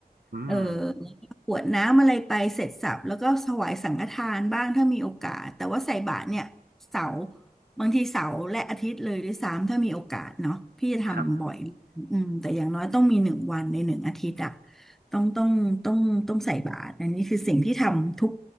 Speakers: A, on the right; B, in the centre.
A: อืม
B: เออแล้วก็กรวดน้ำอะไรไปเสร็จสรรพแล้วก็ถวายสังฆทานบ้างถ้ามีโอกาสแต่ว่าใส่บาตรเนี่ยเสาร์บางทีเสาร์และอาทิตย์เลยด้วยซ้ำถ้ามีโอกาสเนาะพี่จะทำบ่อย
A: ครับ
B: อืมแต่อย่างน้อยต้องมีหนึ่งวันในหนึ่งอาทิตย์อะ ต้องต้องต้องต้องใส่บาตรอันนี้คือสิ่งที่ทำทุก